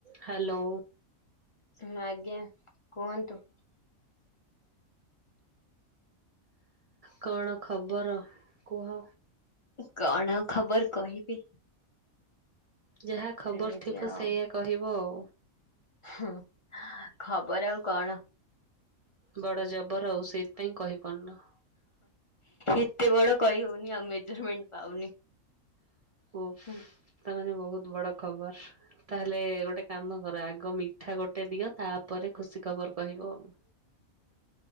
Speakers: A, on the right; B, on the left.
A: Hello.
B: ହୁଁ ଆଜ୍ଞା କୁହନ୍ତୁ।
A: କଣ ଖବର କୁହ?
B: କଣ ଆଉ ଖବର କହିବି?
A: ଯାହା ଖବର
B: ଏମିତି
A: ଥିବ
B: ଆଉ
A: ସେଇଆ କହିବ ଆଉ।
B: ହୁଁ ଖବର ଆଉ କଣ?
A: ବଡ ଜବର ଆଉ, ସେଇଥିପାଇଁ କହିପାରୁନ।
B: ଏତେ ବଡ କଇ ହଉନି ଆଉ ମେଜରମେଣ୍ଟ ପାଉନି।
A: ଓ ଫ୍
B: ହୁଁ
A: ତା ମାନେ ବହୁତ୍ ବଡ ଖବର। ତାହେଲେ ଗୋଟେ କାମ କର ଆଗ ମିଠା ଗୋଟେ ଦିଅ ତାପରେ ଖୁସି ଖବର କହିବ ଆଉ।